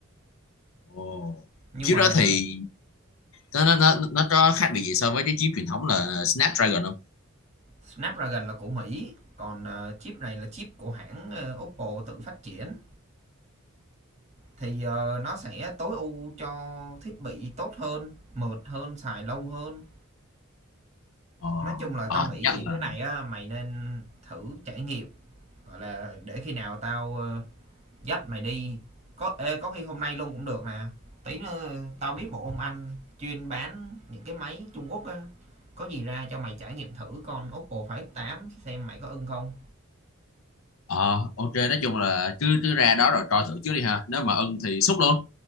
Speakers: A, on the left; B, on the right.
A: Ồ.
B: nhưng
A: Chip
B: mà
A: đó thì nó, nó, nó,
B: chip
A: nó có khác biệt gì so với cái chip truyền thống là Snapdragon không?
B: Snapdragon là của Mỹ, còn, ờ, chip này là chip của hãng, ờ, Oppo tự phát triển. Thì, ờ, nó sẽ tối ưu cho thiết bị tốt hơn, mượt hơn, xài lâu hơn.
A: Ờ.
B: Nói chung là tao
A: Ờ
B: nghĩ
A: thì chắc
B: những
A: là
B: cái này á, mày nên thử trải nghiệm, gọi là, để khi nào tao, ờ dắt mày đi có ê, có khi hôm nay luôn cũng được nè tí nữa tao biết một ông anh chuyên bán những cái máy Trung Quốc á có gì ra cho mày trải nghiệm thử con Oppo Find X8 xem mày có ưng không
A: Ờ ok nói chung là cứ cứ ra đó rồi coi thử trước đi ha Nếu mà ưng thì xúc luôn